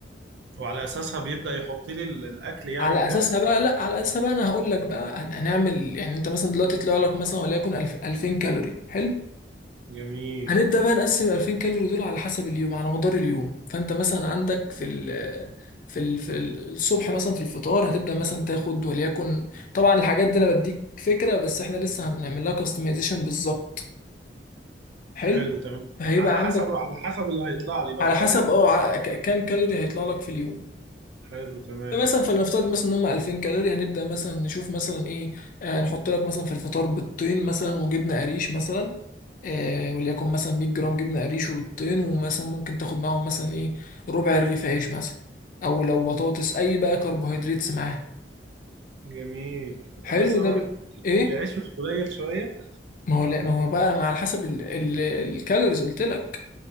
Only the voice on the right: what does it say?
وعلى اساسها بيبدأ يحط لي ال- الاكل يعني
بتاعي
جميل
حلو تمام
على
حسب على حسب اللي هيطلع لي بقى
فاهم
حلو تمام
جميل
بس
انا
ح-
العيش مش قليل شوية